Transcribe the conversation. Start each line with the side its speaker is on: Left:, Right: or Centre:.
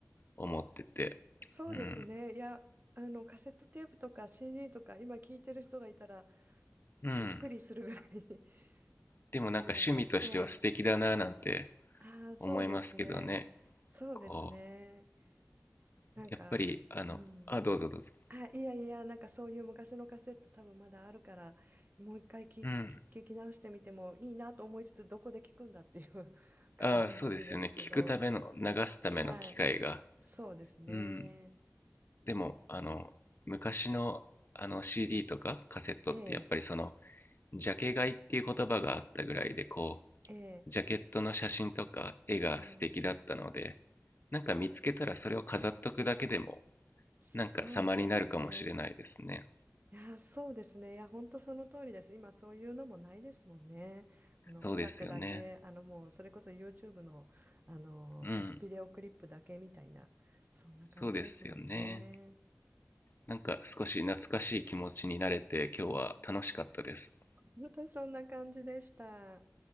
Left: 思ってて
Right: そうですね。
Left: うん
Right: いや、あの、カセットテープとか CD とか、今聞いてる人がいたら
Left: うん
Right: びっくりするぐらい <laughs>
Left: でもなんか趣味としては素敵だなぁなんて
Right: なので、ええああ、そうですね。
Left: 思いますけどね
Right: そうですね。
Left: こ
Right: なんか、
Left: うやっぱりあのあどうぞどうぞ
Right: うん。あ、いやいや、なんかそういう昔のカセット多分まだあるから、もう一回聞いて、
Left: うん
Right: 聞聞き直してみてもいいなと思いつつ、どこで聞くんだっていう <laughs> 感じですけど、
Left: ああそうですよね聞くための流すための機会が
Right: はい。そうですね。
Left: うんでもあの昔のあの CD とかカセットってやっぱりその
Right: ええ
Left: ジャケ買いっていう言葉があったぐらいでこ
Right: ええ
Left: うジャケットの写真とか絵が素敵だったので
Right: あー
Left: なんか見つけたらそれを飾っとくだけでも
Right: そうですね。
Left: なんか様になるかもしれないですね
Right: いや、そうですね。いや、本当その通りです。今、そういうのもないですもんね。あの音楽だけ、
Left: そうですよね
Right: あのもう、それこそ YouTube の、あのビデオクリップだけみたいな、
Left: うん
Right: そんな感じですもんね。
Left: そうですよねなんか少し懐かしい気持ちになれて今日は楽しかったです
Right: 本当そんな感じでした。